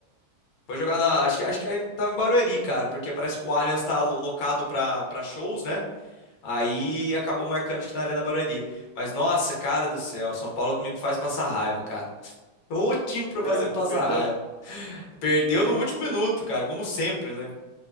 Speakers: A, on the left; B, on the right.
A: Foi jogar na. Acho que, acho que tava em Barueri, cara, porque parece que o Allianz tá lo- locado pra, pra shows, né? Aí acabou marcando, acho que na Arena Barueri. Mas nossa, cara do céu, São Paulo me faz passar raiva, cara. O time pra
B: Sério,
A: fazer me passar
B: perdeu?
A: raiva. Perdeu no
B: Quanto
A: último
B: foi?
A: minuto, cara, como sempre, né?